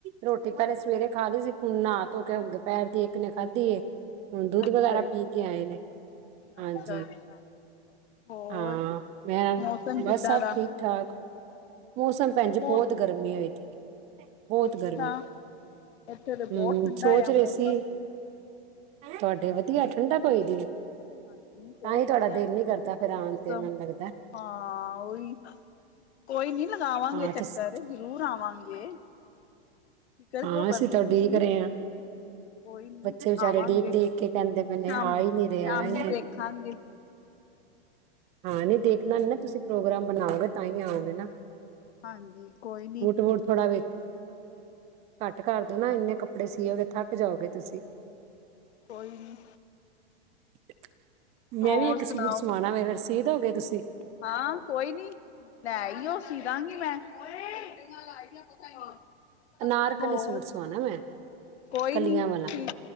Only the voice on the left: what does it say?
ਅੱਛਾ
ਜੀ
ਅੱਛਾ ਅੱਛਾ ਹੋਰ
ਮੌਸਮ ਕਿੱਦਾਂ
ਦਾ?
ਮੋ
ਅੱਛਾ,
ਇੱਥੇ ਤੇ
ਬਹੁਤ ਠੰਡਾ
ਆ
ਮੌਸਮ।
ਹਾਂਜੀ, ਬਹੁਤ
ਵਧੀਆ।
ਮੌਸਮ
ਹਾਂ ਓਈ ਕੋਈ ਨੀ ਲਗਾਵਾਂਗੇ
ਚੱਕਰ
ਜਰੂਰ ਆਵਾਂਗੇ। ਫਿਕਰ
ਕਿਉਂ ਕਰਦੇ
ਓ ਤੁਸੀਂ।
ਕੋਈ ਨੀ
ਆਵਾਂਗੇ
ਸ਼ਾਮ-
ਸ਼ਾਮੀ
ਦੇਖਾਂਗੇ।
ਹਾਂਜੀ ਕੋਈ ਨੀ।
ਕੋਈ ਨੀ।
ਹੋਰ
ਸੁਣਾਓ
ਹਾਂ ਕੋਈ ਨੀ, ਲੈ ਆਇਓ ਸੀ ਦਾਂਗੀ ਮੈਂ। <unintelligible>
ਹੋਰ
ਕੋਈ
ਨੀ,
ਸੀ-